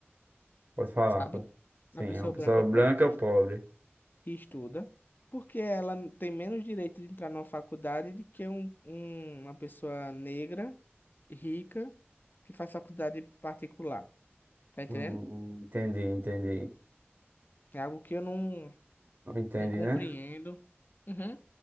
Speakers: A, on the right; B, on the left.
A: Pode falar.
B: sabe?
A: pode. Sim,
B: Uma pessoa
A: é uma pessoa
B: branca
A: branca
B: pobre que, es-
A: pobre.
B: que estuda, porque ela n- tem menos direito de entrar numa faculdade do que um, um- uma pessoa negra, rica, que faz faculdade particular. Tá entendendo?
A: Hum, hum, entendi, entendi.
B: É algo que eu não,
A: Entendi,
B: não compreendo.
A: né?
B: Uhum.